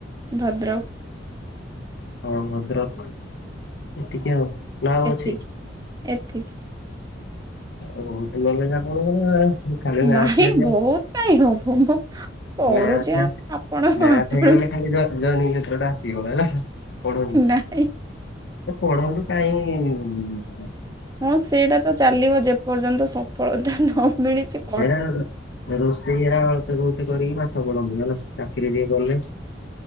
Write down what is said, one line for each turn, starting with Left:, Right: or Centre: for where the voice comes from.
Right: ଭଦ୍ରକ୍
Left: ହଁ ଭଦ୍ରକ ଏତିକି ଆଉ। ନା ଆଉ
Right: ଏତିକି
Left: ଅଛି
Right: ଏତିକି।
Left: ଆଉ <unintelligible> ଖାଲି ମ୍ୟାଥ
Right: ନାହିଁ
Left: ହେଲେ
Right: ବହୁତ କାଇଁ ହବ ମୁଁ ପଢୁଛି
Left: ମ୍ୟାଥ
Right: ଆ ଆପଣ
Left: ମ୍ୟାଥ
Right: ଆପଣ
Left: ହେଇଗଲେ ଖାଲି ଜ ଜଏନିଂ ଲେଟର ଟା ଆସିବ ହେଲା ପଢ଼ <unintelligible>
Right: ନାହିଁ
Left: ତ ପଢ଼ନ୍ତୁ କାଇ
Right: ହଁ ସେଇଟା ତ ଚାଲିବ ଯେପର୍ଯ୍ୟନ୍ତ ସଫଳତା ନ ମିଳିଚି।
Left: ହେରା ରୋ ରୋଷେଇ ହେରା ଅଳ୍ପେ ବୋହୁତ କରିକି ପାଠ ପଢ଼ନ୍ତୁ ହେଲା ଚାକିରି ଟିଏ କଲେ